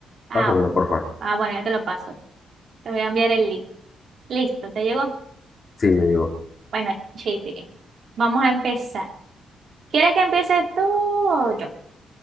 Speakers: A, on the right; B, on the left.
A: Ah,
B: Pásamelo,
A: bu-
B: porfa.
A: ah, bueno, ya te lo paso. Te voy a enviar el link. Listo, ¿te llegó?
B: Sí, me digo.
A: Bueno, chipiri. Vamos a empezar. ¿Quieres que empieces tú o yo?